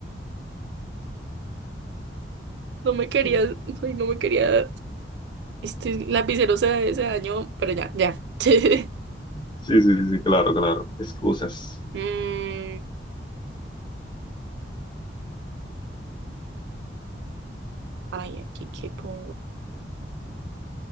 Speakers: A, on the right (about 70°); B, on the left (about 25°).
A: No
B: <laughs>
A: me quería,
B: Mm,
A: ay, no me quería, este lapicero se, se dañó, pero ya, ya. <laughs>
B: Sí, sí, sí, sí, claro, claro. Excusas.
A: Mm, ay, aquí qué pongo.